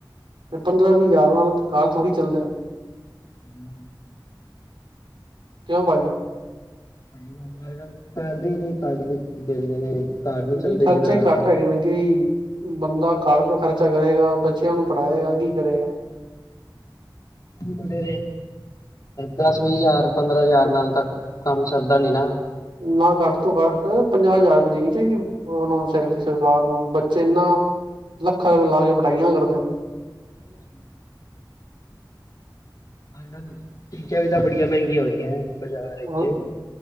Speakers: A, on the right (about 85°); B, on the left (about 45°).
A: ਤੇ, ਪੰਦਰਾਂ-ਵੀਹ ਹਜ਼ਾਰ ਨਾਲ, ਘਰ ਥੋੜ੍ਹੀ ਚੱਲਦੇਨ।
B: ਹੂ
A: ਕਿਉਂ ਭਾਈ?
B: ਸਹੀ ਸੈਲਰੀ ਵੀ ਘੱਟ ਦਿੰਦੇ ਨੇ, ਘਰ ਨੀ ਚੱਲਦੇ
A: ਜੀ ਖਰਚੇ
B: ਜਿਨ੍ਹਾਂ
A: ਹੀ ਘੱਟ
B: ਨਾਲ।
A: ਹੈਗੇ ਨੇ ਕਿ ਬੰਦਾ ਘਰ ਦਾ ਖ਼ਰਚਾ ਕਰੇਗਾ, ਬੱਚਿਆਂ ਨੂੰ ਪੜ੍ਹਾਏਗਾ, ਕੀ ਕਰੇਗਾ।
B: ਵਧੇਰੇ ਦਸ-ਵੀਹ ਹਜ਼ਾਰ, ਪੰਦਰਾਂ ਹਜ਼ਾਰ, ਨਾਲ ਤਾਂ ਕੰਮ ਸਰਦਾ ਤਾ ਨਹੀਂ, ਨਾ।
A: ਨਾ, ਘੱਟ ਤੋਂ ਘੱਟ ਪੰਜਾਹ ਹਜ਼ਾਰ ਰੁਪਏ ਦੇਣੀ ਚਾਹੀਦੀ। ਉਹਨਾਂ ਨੂੰ ਸੈਲਰੀ ਸਰਕਾਰ ਨੂੰ ਬੱਚੇ ਇਨਾਂ ਲੱਖਾਂ ਰੁਪਏ, ਲਾਕੇ ਪੜ੍ਹਾਹੀਆਂ ਕਰਦੇਨ।
B: ਹਾਂ।
A: <unintelligible>
B: ਹਾਂਜੀ, ਸਰ ਚੀਜ਼ਾਂ ਵੀ ਤਾਂ, ਬੜੀਆਂ ਮਹਿੰਗੀਆਂ ਹੋ ਰਹੀਆਂ। ਬਾਜ਼ਾਰ
A: ਹਾਂ।
B: ਵਿੱਚ